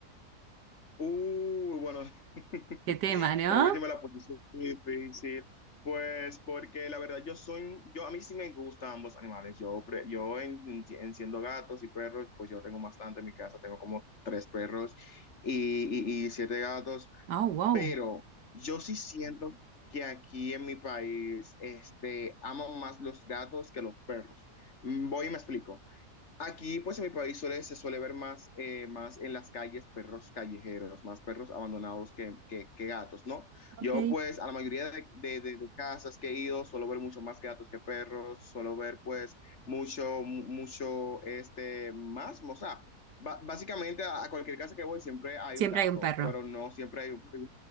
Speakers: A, on the left; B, on the right.
A: Uy, bueno. <laughs>
B: Qué tema, ¿no?
A: Creo que sí me la posición muy difícil, pues porque la verdad yo soy, un- yo a mí sí me gustan ambos animales, yo, pre- yo en- en- enciendo gatos y perros, pues yo tengo bastante en mi casa, tengo como tres perros y, y- y siete gatos,
B: Oh, wow.
A: pero yo sí siento que aquí en mi país, este, aman más los gatos que los perros. Mm, Voy y me explico. Aquí, pues en mi país suele, se suele ver más, eh, más en las calles perros callejeros, más perros abandonados que, que, que gatos, ¿no?
B: Ok.
A: Yo, pues, a la mayoría de, de- de- de casas que he ido, suelo ver mucho más gatos que perros, suelo ver, pues, mucho, mu- mucho, este, más, o sea, ba- básicamente a, a cualquier casa que voy siempre hay
B: Siempre
A: un gato,
B: hay un perro.
A: pero no siempre hay un perro.